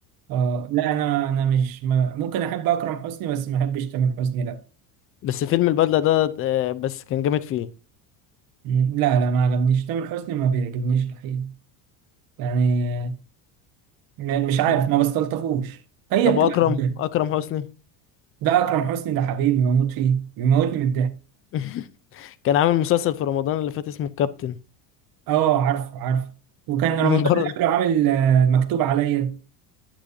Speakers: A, on the right; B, on the left.
A: اه لا انا انا مش ما... ممكن احب اكرم حسني بس ما احبش تامر حسني لا
B: بس فيلم البدلة ده آه، بس كان جامد فيه
A: مم. لا لا ما عجبنيش تامر حسني ما بيعجبنيش الحقيقة يعني م- مش عارف
B: طب
A: ما بستلطفوش هي
B: طب
A: بتبقى
B: واكرم
A: ازاي
B: اكرم حسني
A: ده أكرم حسني ده حبيبي بموت فيه بيموتني من الضحك
B: <laughs> كان عامل مسلسل في رمضان اللي فات اسمه الكابتن
A: اه عارفه عارفه وكان رمضان
B: <laughs> برضه
A: اللي قبله عامل آه، مكتوب عليا